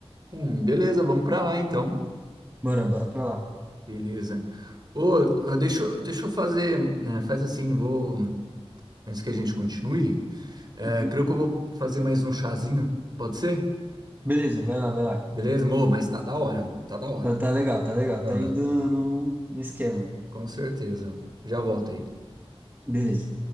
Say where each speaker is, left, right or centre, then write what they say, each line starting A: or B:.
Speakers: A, on the right; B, on the right.
A: Hum, beleza, vamos pra lá então.
B: Bora, bora pra lá.
A: Beleza. Ô, ah, deixa, eu- deixa eu fazer. né, faz assim, vou. Antes que a gente continue, é,
B: Uhum.
A: creio que eu vou fazer mais um chazinho. Pode ser?
B: Beleza, vai lá, vai lá.
A: Beleza, amor? Mas tá da hora, mano. Tá da hora.
B: Tá, tá legal, tá legal,
A: Ah,
B: tá indo no, no esquema.
A: com certeza. Já volto aí.
B: Beleza.